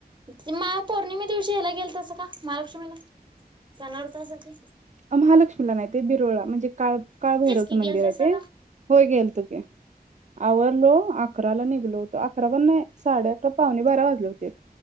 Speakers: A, on the right (about 30°); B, on the right (about 45°).
A: ते मा पौर्णिमे दिवशी ह्याला गेलतासा का महालक्ष्मीला जाणार हुतासा की?
B: आ महालक्ष्मीला नाही ते बिरोळा म्ह जे काळ काळभैरवचं
A: तेच की
B: मंदिर
A: गेल तसं
B: आहे ते.
A: का
B: होय गेलतो की, आवरलो अकराला निघ गलो तो आकरा पण नाही. साडे अकरा पावणे बारा वाजले होते.